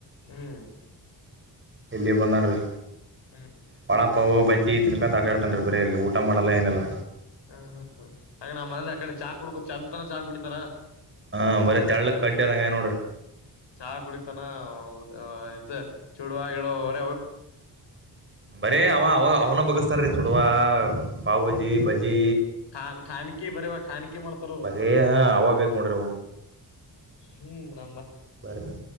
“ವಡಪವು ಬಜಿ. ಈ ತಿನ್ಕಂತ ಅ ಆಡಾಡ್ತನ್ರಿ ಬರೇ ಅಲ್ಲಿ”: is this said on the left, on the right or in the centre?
Right